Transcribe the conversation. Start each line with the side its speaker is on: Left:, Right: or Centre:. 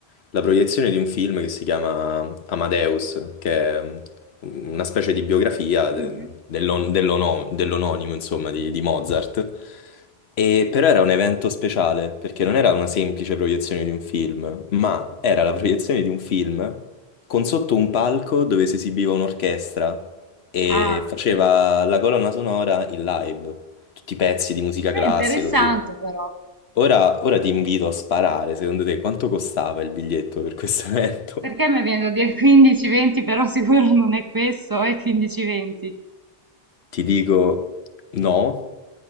Left: la proiezione di un film che si chiama Amadeus, che è una specie di biografia de-
Right: Mhm.
Left: dell'on- dell'ono- dell'ononimo, insomma, di, di Mozart. E però era un evento speciale, perché non era una semplice proiezione di un film, ma era la proiezione di un film con sotto un palco dove si esibiva un'orchestra e
Right: Ah, ok.
Left: faceva la colonna sonora in live, tutti i pezzi di musica
Right: È
Left: classica
Right: interessante
Left: così.
Right: però.
Left: Ora, ora ti invito a sparare, secondo te quanto costava il biglietto per questo <laughs> evento?
Right: Perché mi viene da dire <laughs> 15-20, però sicuro non è questo, è 15-20.
Left: Ti dico no,